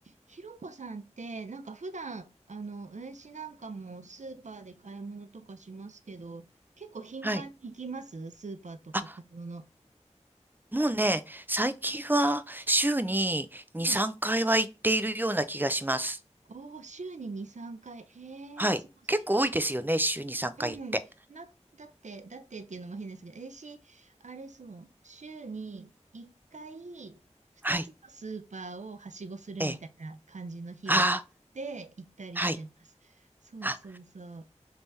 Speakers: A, on the right; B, on the right.
A: ひろこさんって、なんか普段、あの、私なんかもスーパーで買い物とかしますけど、結構頻繁に行きますスーパーとか買い物。
B: はい。あ、もうね、最近は週に2、
A: うん。
B: 3回は行っているような気がします。
A: おー、週に2、3回。へえ、
B: はい。
A: すごいすごい。
B: 結構多いですよね、
A: け、
B: 週に3回行って。
A: うん。な、だって、だってっていうのも変ですけど、私、あれそう、週に1回、2つのスーパーをはしごするみたいな感じの日を作って行ったりしてます。
B: はい。ええ。ああ、はい。
A: そうそうそう。
B: あ、